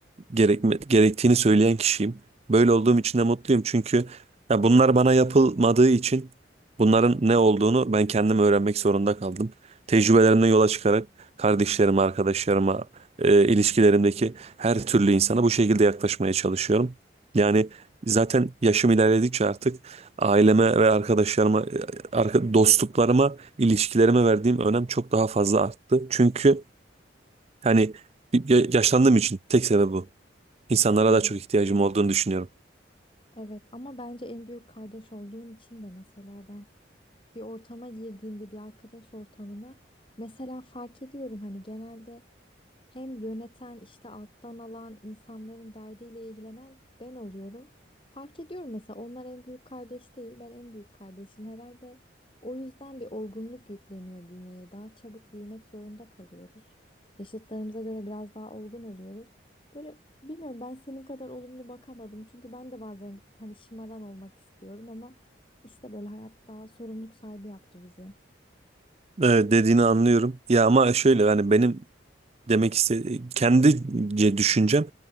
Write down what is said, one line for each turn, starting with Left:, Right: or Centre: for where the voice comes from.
Right: gerekme, gerektiğini söyleyen kişiyim. Böyle olduğum için de mutluyum çünkü ya bunlar bana yapılmadığı için bunların ne olduğunu ben kendim öğrenmek zorunda kaldım. Tecrübelerimden yola çıkarak kardeşlerime, arkadaşlarıma, e, ilişkilerimdeki her türlü insana bu şekilde yaklaşmaya çalışıyorum. Yani zaten yaşım ilerledikçe artık aileme ve arkadaşlarıma, e, arka- dostluklarıma, ilişkilerime verdiğim önem çok daha fazla arttı. Çünkü hani bir- ya- yaşlandığım için tek sebebi bu. İnsanlara
Left: Evet.
Right: daha çok ihtiyacım olduğunu düşünüyorum.
Left: Evet ama bence en büyük kardeş olduğun için de mesela ben bir ortama girdiğimde bir arkadaş ortamına mesela fark ediyorum hani genelde hem yöneten işte alttan alan insanların derdiyle ilgilenen ben oluyorum. Fark ediyorum mesela onlar en büyük kardeş değil ben en büyük kardeşim herhalde. O yüzden bir olgunluk yükleniyor bünyeye. Daha çabuk büyümek zorunda kalıyoruz. Yaşıtlarımıza göre biraz daha olgun oluyoruz. Böyle bilmiyorum ben senin kadar olumlu bakamadım. Çünkü ben de bazen hani şımaran olmak istiyorum ama işte böyle hayat daha sorumluluk sahibi yaptı bizi.
Right: Evet, dediğini anlıyorum. Ya ama şöyle yani benim demek istediğim kendice düşüncem